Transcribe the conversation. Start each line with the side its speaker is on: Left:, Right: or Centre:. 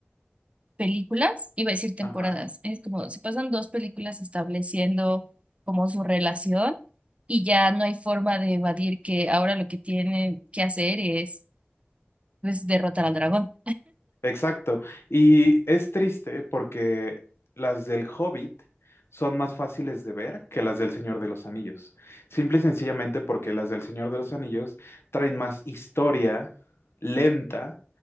Right: películas, iba a decir temporadas,
Left: Ajá
Right: es como se pasan dos películas estableciendo como su relación y ya no hay forma de evadir que ahora lo que tienen que hacer es pues derrotar al dragón.
Left: Exacto. Y es triste porque las del Hobbit son más fáciles de ver que las del Señor de los Anillos. Simple y sencillamente porque las del Señor de los Anillos traen más historia lenta